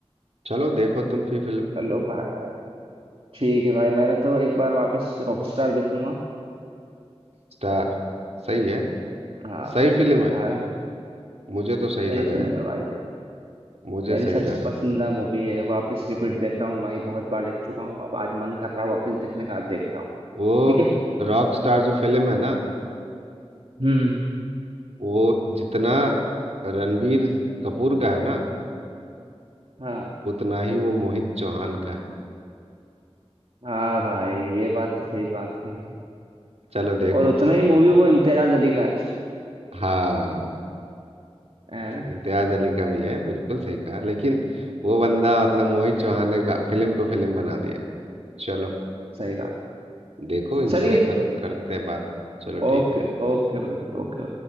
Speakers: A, on the right; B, on the right.
A: चलो देखो तुम फिर फिल्म
B: चलो भाई ठीक है भाई मैंने तो एक बार वापस रॉकस्टार देखूंगा
A: स्टार सही है
B: हाँ
A: सही फिल्म है
B: है ना
A: मुझे तो सही लगा
B: सही फिल्म
A: यार
B: है भाई देख
A: मुझे
B: मेरी
A: सही
B: सबसे
A: लगा
B: पसंदीदा मूवी है वापस रिपीट देख रहा हूँ भाई बहुत बार देख चुका हूँ अब आज मन कर रहा है वापस देखने का आज देख रहा हूँ
A: वो
B: ठीक है
A: रॉक स्टार जो फिल्म है ना
B: हम्म
A: वो जितना रणबीर कपूर का है ना
B: हाँ
A: उतना ही वो मोहित चौहान का है
B: हाँ भाई ये बात तो सही बात कही तुमने
A: चलो देखो
B: और उतना
A: तुम
B: ही मूवी वो इम्तियाज अली का है
A: हाँ
B: है ना
A: इम्तियाज अली का भी है बिल्कुल सही कहा लेकिन वो बंदा मतलब मोहित चौहान ने गा- फिल्म को फिल्म बना दिया चलो
B: सही बात है
A: देखो एंजॉय
B: चलिए
A: करो करते हैं बात चलो
B: Okay
A: ठीक है
B: okay brother okay